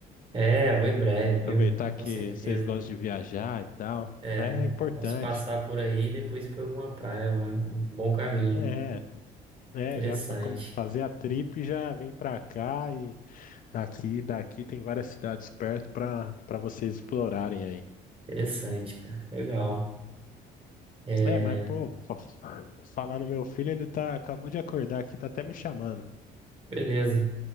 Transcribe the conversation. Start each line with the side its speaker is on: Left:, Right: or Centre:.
Right: É, vou em breve, vou
Left: aproveitar
Right: em breve, com
Left: que
Right: certeza.
Left: vocês gostam de viajar e tal.
Right: É,
Left: É importante.
Right: posso passar por aí e depois ir para alguma praia, é um bom caminho.
Left: É, é,
Right: Interessante,
Left: já fa- come- fazer a trip já vem pra cá e aqui, daqui tem várias cidades perto pra, pra vocês explorarem aí.
Right: interessante, cara. Legal. É,
Left: É, mas pô, fa- falar no meu filho, ele tá, acabou de acordar aqui, tá até me chamando.
Right: beleza.